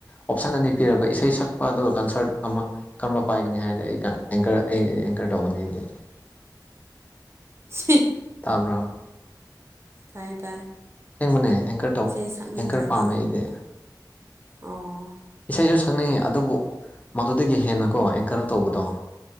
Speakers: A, on the left; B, on the right.
A: ꯑꯣꯞꯁꯟ ꯑꯅꯤ ꯄꯤꯔꯕ
B: ꯎꯝ
A: ꯏꯁꯩ ꯁꯛ ꯄꯥꯗꯣ ꯀꯟꯁ꯭ꯔꯠ ꯑꯃ ꯀꯔꯝꯕ ꯄꯥꯏꯒꯅꯤ ꯍꯥꯏꯔꯗꯤ ꯑꯩꯒ ꯑꯦꯡꯀꯔ ꯑꯩ ꯑꯦꯡꯀꯔ ꯇꯧꯒꯅꯤ ꯑꯩꯗꯤ
B: <unintelligible> ꯍꯤ
A: ꯇꯥꯕ꯭ꯔꯥ
B: ꯇꯥꯏ ꯇꯥꯏ
A: ꯥꯁꯦꯡꯕꯅꯦ ꯑꯦꯡꯀꯔ ꯇꯧ
B: ꯏꯁꯩ ꯁꯛꯅꯤꯡꯗ꯭ꯔꯕ
A: ꯑꯦꯡꯀꯔ ꯄꯥꯝꯃꯦ ꯑꯩꯗꯤ
B: ꯑꯣ
A: ꯏꯁꯩꯁꯨ ꯁꯛꯅꯤꯡꯉꯦ ꯑꯗꯨꯕꯨ ꯃꯗꯨꯗꯒꯤ ꯍꯦꯟꯅꯀꯣ ꯑꯦꯡꯀꯔ ꯇꯧꯕꯗꯣ